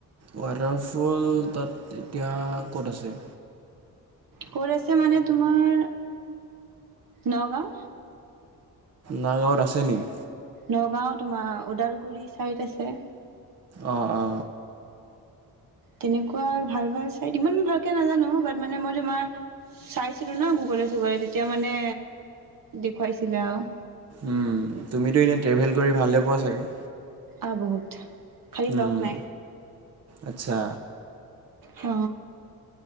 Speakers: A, on the right; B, on the right.
A: ৱাটাৰফল তাত এতিয়া ক'ত আছে?
B: ক'ত আছে মানে তোমাৰ নগাঁও।
A: নগাঁৱত আছে নেকি?
B: নগাঁও তোমাৰ ওদালগুৰি ছাইড আছে।
A: অ অ
B: তেনেকুৱা ভাল ভাল চাই ইমান ভালকে নাজানো বাট মানে মই তোমাৰ চাইছিলো ন গুগলে চুগলে তেতিয়া মানে দেখুৱাইছিলে আৰু
A: উম তুমিতো এনে ট্ৰেভেল কৰি ভাললে পোৱা চাগে?
B: আ বহুত খালি
A: ম
B: লগ নাই
A: আচ্ছা
B: অ